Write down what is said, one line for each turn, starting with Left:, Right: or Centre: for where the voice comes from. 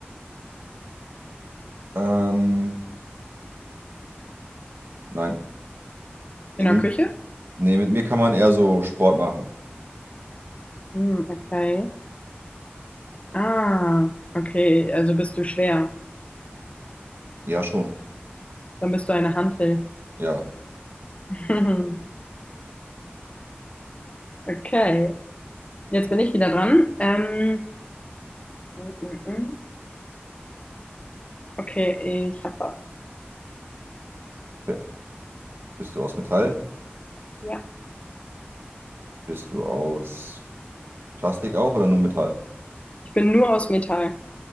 Right: Ähm, nein.
Left: in
Right: Eben-
Left: der Küche?
Right: Nee, mit mir kann man eher so Sport machen.
Left: Hm, okay. Ah, okay. Also bist du schwer.
Right: Ja, schon.
Left: Dann bist du eine Hantel.
Right: Ja.
Left: <laughs> Okay. Jetzt bin ich wieder dran. Ähm, mm, mm, mm. okay, ich hab was.
Right: Okay. Bist du aus Metall?
Left: Ja.
Right: Bist du aus Plastik auch oder nur Metall?
Left: Ich bin nur aus Metall.